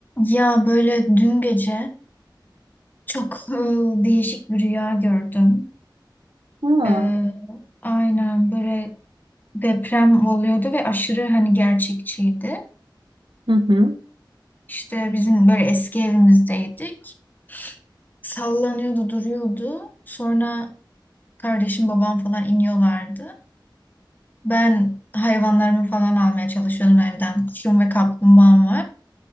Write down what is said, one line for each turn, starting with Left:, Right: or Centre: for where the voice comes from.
Left: Ya böyle dün gece çok e, değişik bir rüya gördüm.
Right: Aa,
Left: E, aynen böyle deprem oluyordu ve aşırı hani gerçekçiydi.
Right: Hı hı.
Left: İşte bizim böyle eski evimizdeydik. Sallanıyordu, duruyordu. Sonra kardeşim, babam falan iniyorlardı. Ben hayvanlarımı falan almaya çalışıyordum evden. Kuşum ve kaplumbağam var.